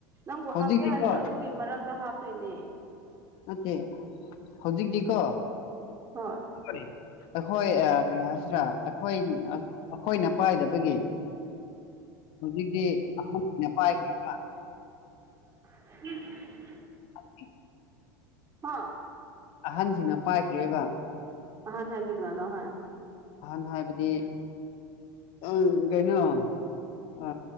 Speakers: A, on the right; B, on the left.
A: ꯅꯪꯕꯨ
B: ꯍꯧꯖꯤꯛꯇꯤꯀꯣ
A: ꯍꯥꯞꯀꯦ ꯍꯥꯏꯗꯣ ꯑꯗꯨꯒꯤ ꯃꯔꯛꯇ ꯍꯥꯞꯇꯣꯏꯅꯦ
B: ꯃꯆꯦ ꯍꯧꯖꯤꯛꯇꯤꯀꯣꯈ
A: ꯍꯣꯏ
B: ꯑꯩꯈꯣꯏ ꯭ꯔ ꯑꯩꯈꯣꯏ ꯑꯩꯈꯣꯏꯅ ꯄꯥꯏꯗꯕꯒꯤ ꯍꯧꯖꯤꯛꯇꯤ ꯑꯍꯥꯟꯕ ꯄꯥꯏꯈ꯭ꯔꯦꯕ
A: ꯍ
B: <inaudible>
A: ꯍꯥꯥ
B: ꯑꯍꯟꯁꯤꯡꯅ ꯄꯥꯏꯈ꯭ꯔꯦꯕ
A: ꯍꯍꯥꯟ ꯍꯥꯏꯕꯤꯒꯅꯥꯅ ꯍꯥꯏ
B: ꯑꯍꯥꯟ ꯍꯥꯏꯕꯗꯤ ꯎ ꯀꯩꯅꯣ ꯑ